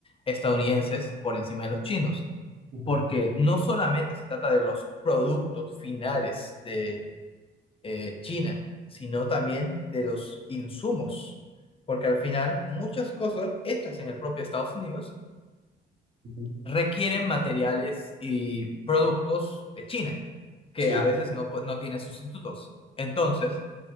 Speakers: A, on the left; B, on the right.
A: estadounidenses por encima de los chinos,
B: ujú,
A: porque no solamente se trata de los productos finales de eh, China, sino también de los insumos, porque al final muchas cosas hechas en el propio Estados Unidos
B: ujú.
A: requieren materiales y productos de China, que
B: Sí,
A: a veces no, pu- no tiene sustitutos. Entonces,